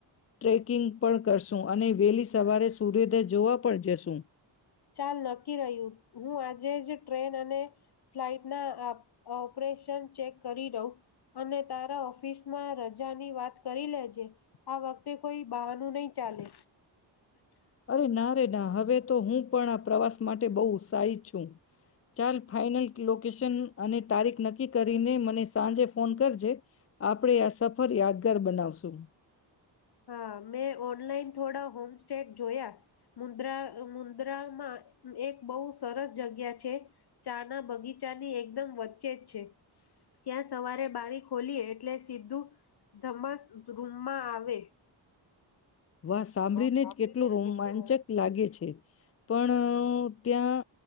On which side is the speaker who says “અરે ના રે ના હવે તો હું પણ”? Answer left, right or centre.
Left